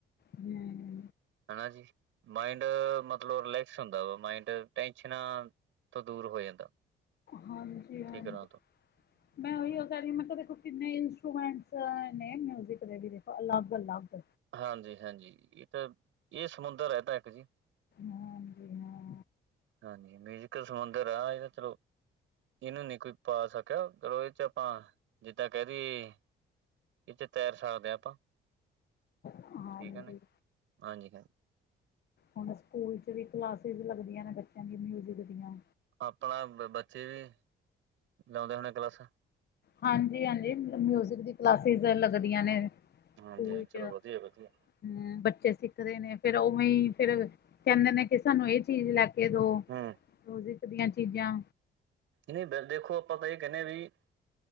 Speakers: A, on the left; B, on the right.
A: ਹਮ।
B: ਹਾਂਜੀ ਮਾਈੰਡ ਮਤਲਬ ਰਿਲੈਕਸ ਹੁੰਦਾ ਵਾ। ਮਾਈਂਡ ਟੈਂਸ਼ਨਾ ਤੋ ਦੂਰ ਹੋ ਜਾਂਦਾ।
A: ਹਾਂਜੀ-ਹਾਂਜੀ।
B: ਫਿਕਰਾਂ ਤੋਂ
A: ਮੈਂ ਉਹਯੋ ਕਹਿ ਰੀ ਮੈਂ ਕਿਹਾ ਵੇਖੋ ਕਿੰਨੇ ਇੰਸਟਰੂਮੈਂਟਸ ਹੈ ਨੇ ਮਿਊਜਿਕ ਦੇ ਵੀ ਦੇਖੋ ਅਲੱਗ-ਅਲੱਗ।
B: ਹਾਂਜੀ-ਹਾਂਜੀ। ਏਹ ਤਾਂ ਏਹ ਸਮੁੰਦਰ ਹੈ ਤਾਂ ਇੱਕ ਜੀ।
A: ਹਾਂਜੀ ਹਾਂ।
B: ਹਾਂਜੀ। ਮਿਊਜ਼ਕ ਸਮੁੰਦਰ ਆ ਇਹ ਥ੍ਰੋ ਇਨੂੰ ਨੀ ਕੋਈ ਪਾ ਸਕਿਆ, ਚਲੋ ਇਹ ਚ ਆਪਾਂ ਜਿੱਦਾਂ ਕਹਿ ਦਈਏ ਇਥੇ ਤੈਰ ਸਕਦੇ ਆ ਆਪਾਂ।
A: ਹਾਂਜੀ
B: ਠੀਕ ਹੈ ਨੇ ਹਾਂਜੀ ਹਾਂ
A: ਹੁਣ ਸਕੂਲ ਚ ਵੀ ਕਲਾਸਿਸ ਲੱਗਦੀਆਂ ਨੇ ਬੱਚਿਆਂ ਦੀ ਮਿਊਜਿਕ ਦੀਆਂ
B: ਆਪਣਾ ਬ ਬੱਚੇ ਵੀ ਲਾਉਂਦੇ ਹੋਣੇ ਕਲਾਸਾਂ?
A: ਹਾਂਜੀ-ਹਾਂਜੀ। ਮਤਲ ਮਿਊਜਿਕ ਦੀ ਕਲਾਸਿਸ ਤੇ ਲੱਗਦੀਆਂ ਨੇ।
B: ਹਾਂਜੀ
A: ਸਕੂਲ
B: ਹਾਂ ਚਲੋ
A: ਕਯਾ।
B: ਵਧੀਆ ਵਧੀਆ
A: ਹਮ ਬੱਚੇ ਸਿੱਖਦੇ ਨੇ ਫਿਰ ਉ ਵੀ ਫੇਰ ਕਹੰਦੇ ਨੇ ਕਿ ਸਾਨੂੰ ਇਹ ਚੀਜ਼ ਲੈ ਕੇ ਦੋ,
B: ਹੂੰ
A: ਮਯੁਜ਼ਿਕ ਦੀਆਂ ਚੀਜ਼ਾਂ
B: ਨਈ ਬਿਲ ਦੇਖੋ ਆਪਾਂ ਤਾਂ ਇਹ ਕਹਨੇ ਵਈ